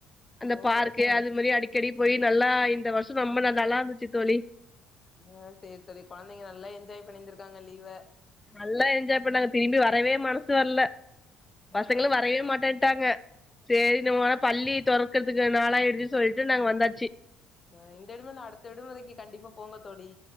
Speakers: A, on the left (about 15°); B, on the left (about 35°).
A: அந்த
B: ஓ
A: பார்க்கு அது மாரி அடி கெடி போய் நல்லா இந்த வருஷம் நம்ம நல்லா இருந்துச்சு தோழி
B: ஆஹ் சரி சரி குழந்தைங்க நல்லா என்ஜாய் பண்ணிந்திருக்காங்க லீவ
A: நல்லா என்ஜாய் பண்ணாங்க திரும்பி வரவே மனசு வரல
B: ஆ
A: பசங்களும் வரவே மாட்டேன் ட்டாங்க சரி ந உட பள்ளி தோறக்கறதுக்கு நாளா எடுச்சு சொல்லிட்டு நாங்க வந்தாச்சு
B: ஹ் இந்த விடுமு இல்ல அடுத்த விடுமுறைைக்கு கண்டிப்பா போங்க தோழி